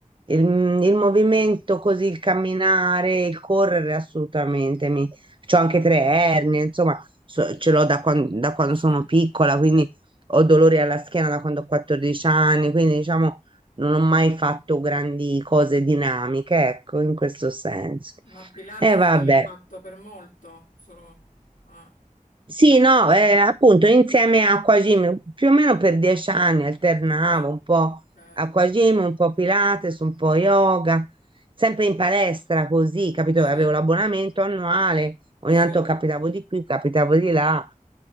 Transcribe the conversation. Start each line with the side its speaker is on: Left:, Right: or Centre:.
Right: Il, il movimento così, il camminare, il correre assolutamente. Mi, c'ho anche tre ernie, insomma, so- ce l'ho da quan- da quando
Left: sì.
Right: sono piccola, quindi ho dolori alla schiena da quando ho 14 anni, quindi diciamo non ho mai fatto grandi cose dinamiche, ecco, in questo senso.
Left: Ma Pilates
Right: E vabbè,
Left: l'hai fatto per molto? Solo... Ah,
Right: Sì, no, eh, appunto insieme a Aquagym, più o meno per dieci anni alternavo
Left: ah,
Right: un po'
Left: ok.
Right: Aquagym, un po' Pilates, un po' yoga, sempre in palestra così, capito?
Left: Sì,
Right: Avevo l'abbonamento annuale, ogni
Left: sì.
Right: tanto
Left: Eh,
Right: capitavo di qui, capitavo di là,